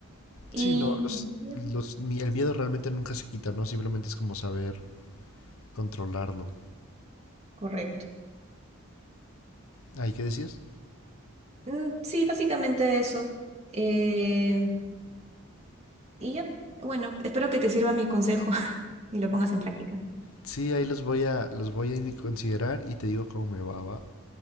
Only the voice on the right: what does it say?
Y
ya,
correcto.
Mm, Sí, básicamente eso. Eh, y ya, bueno, espero que te sirva mi consejo <laughs> y lo pongas en práctica.